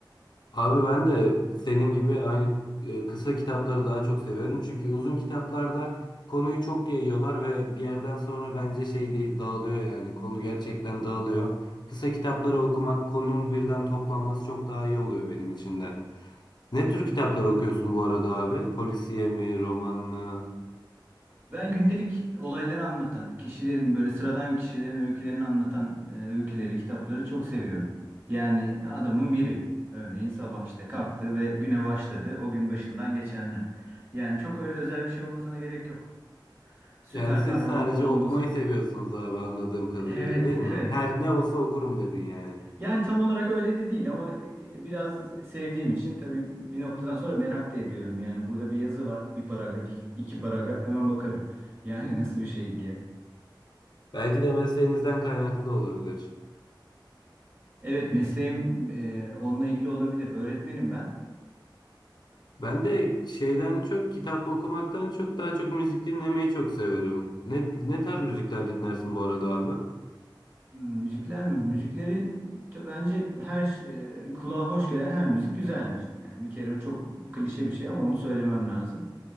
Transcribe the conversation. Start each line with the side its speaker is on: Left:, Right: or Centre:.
Left: Abi ben de senin gibi aynı e, kısa kitapları daha çok seviyorum. Çünkü uzun kitaplarda konuyu çok yayıyorlar ve bir yerden sonra bence şey de- dağılıyor yani. Konu gerçekten dağılıyor. Kısa kitapları okumak, konunun birden toplanması çok daha iyi oluyor benim için de. Ne tür kitaplar okuyorsun bu arada abi? Polisiye mi, roman mı?
Right: Ben gündelik olayları anlatan, kişilerin böyle sıradan kişilerin öykülerini anlatan e, öyküleri, kitapları çok seviyorum. Yani adamın biri örneğin sabah işte kalktı ve güne başladı. O gün başından geçenler. Yani çok öyle özel bir şey olmasına gerek yok. Süper
Left: Yani siz
Right: kahraman
Left: sadece
Right: falan olması.
Left: okumayı seviyorsunuz abi anladığım kadarıyla
Right: <laughs> Evet,
Left: değil mi?
Right: evet.
Left: Her ne olsa okurum dedin yani.
Right: Yani tam olarak öyle de değil ama e, biraz sevdiğim için tabii bir noktadan sonra merak da ediyorum. Yani burada bir yazı var. Bir paragraf, iki iki paragraf hemen bakarım. <laughs> Yani nasıl bir şey diye.
Left: Belki de mesleğinizden kaynaklı da olabilir.
Right: Evet mesleğim e, onunla ilgili olabilir. Öğretmenim ben.
Left: Ben de şeyden çok kitap okumaktan çok daha çok müzik dinlemeyi çok severim. Ne, ne tarz müzikler dinlersin bu arada abi?
Right: Hmm, Müzikler mi? Müziklerin de bence her e, kulağa hoş gelen her müzik güzeldir. Yani bir kere bu çok klişe bir şey ama onu söylemem lazım.